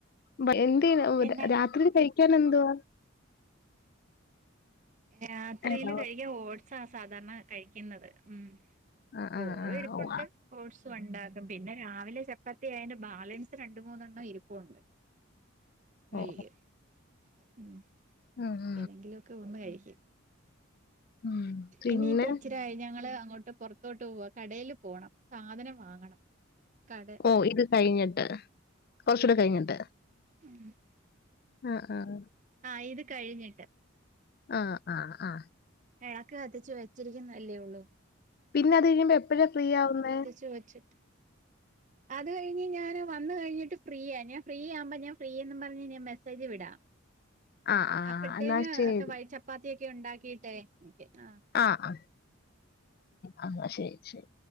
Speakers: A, on the left; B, on the right.
A: ബ എന്ത്
B: പിന്നെ
A: രാത്രി തഴിക്കൻ എന്തോ
B: രാത്രിയില്
A: ഏലോ?
B: കഴിക്കാ ഓട്സാ സാധാരണ കഴിക്കുന്നത് ഉം
A: ആ,
B: ചോറും
A: ആ, ആ.
B: ഇരിപ്പുണ്ട്
A: ഓ, ആ.
B: ഓട്സും ഉണ്ടാക്കും പിന്നെ രാവിലെ ചെപ്പത്തി അയ്ന്റെ ബാലൻസ് രണ്ട് മൂന്നെണ്ണം ഇരിപ്പുണ്ട് കഴിയും
A: ഓ,
B: ഉം
A: ആഹ്
B: ഏതെങ്കിലൊക്കെ ഒന്ന് കഴിക്കും
A: ഉം പിന്നെ
B: ഇനി പച്ചി ട്ടായി ഞങ്ങള് അങ്ങോട്ട് പുറത്തോട്ട് പോവ കടേല് പോണം സാധനം വാങ്ങണം കടേ
A: ഓഹ് ഇത് കഴിഞ്ഞിട്ട് കുറച്ചൂടെ കഴിഞ്ഞിട്ട്
B: ഉം
A: ആഹ് ആഹ്
B: ആഹ് ഇത് കഴിഞ്ഞിട്ട്
A: ആഹ് ആഹ് ആഹ്
B: ഏഹ് അക്ക് കത്തിച്ചു വെച്ചിരിക്കുന്നല്ലേ ഉള്ളൂ
A: പിന്നെ അത് കഴിയുമ്പോ എപ്പഴ ഫ്രീ ആവുന്നെ
B: ചു വെച്ചിട്ട്
A: <inaudible>
B: അത് കഴിഞ് ഞാന് വന്ന് കഴിഞ്ഞിട്ട് ഫ്രീയാ ഞാ ഫ്രീ ആവ്മ്പോ ഞാ ഫ്രീയന്ന് പറഞ്ഞ്ഞാ മെസേജ് വിടാം.
A: <inaudible> ആ.
B: അപ്പഴ്ത്തേന്
A: എന്നാ ശരി.
B: ഒക്കെ വഴ ചപ്പാത്തിക്കെ ഉണ്ടാക്കിട്ടെ എനിക്ക് ആ
A: ആ, ആ, ആ, ആ ശരി, ശരി.